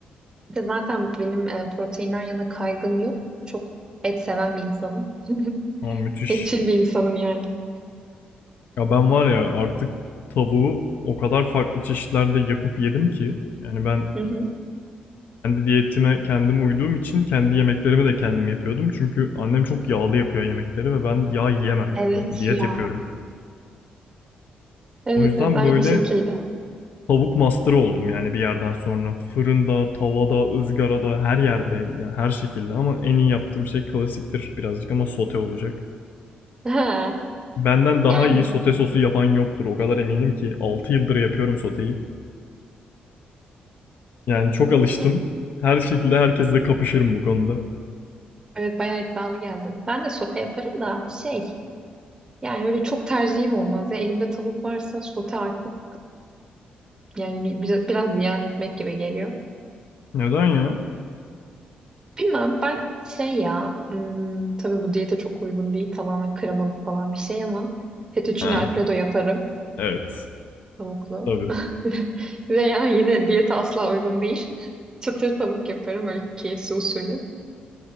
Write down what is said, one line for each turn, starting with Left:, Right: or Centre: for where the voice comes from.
Right: Bir de zaten benim e, proteinden yana kaygım yok. Çok et seven bir insanım. <laughs>
Left: Ama müthiş.
Right: Etçil bir insanım yani.
Left: Ya ben var ya artık tavuğu o kadar farklı çeşitlerde yapıp yedim ki. Yani ben
Right: Hı hı.
Left: Kendi diyetime kendime uyduğum için kendi yemeklerimi de kendim yapıyordum. Çünkü annem çok yağlı yapıyor yemekleri ve ben yağ yiyemem yani.
Right: Evet
Left: Diyet
Right: ya.
Left: yapıyorum.
Right: <laughs> Evet
Left: O yüzden
Right: evet aynı
Left: böyle
Right: şekilde.
Left: tavuk master'ı oldum yani bir yerden sonra. Fırında, tavada, ızgarada, her yerde yani her şekilde ama en iyi yaptığım şey klasiktir birazcık ama sote olacak.
Right: Ha,
Left: Benden daha
Right: yani,
Left: iyi sote sosu yapan yoktur. O kadar eminim ki 6 yıldır yapıyorum soteyi. Yani çok alıştım.
Right: ya.
Left: Her şekilde herkesle kapışırım bu konuda.
Right: Evet bayağı iddialı geldim. Ben de sote yaparım da şey yani öyle çok tercihim olmaz. Ya, elimde tavuk varsa sote artık yani biraz, biraz ziyan etmek gibi geliyor.
Left: Neden ya?
Right: Bilmem ben şey ya hmm, tabii bu diyete çok uygun değil tamamen kremalı falan bir şey ama fettuccine
Left: Ha,
Right: alfredo yaparım.
Left: evet.
Right: Tavuklu.
Left: Tabii.
Right: <laughs> Veya yine diyete asla uygun değil. <laughs> Çıtır tavuk yaparım öyle KFC usulü.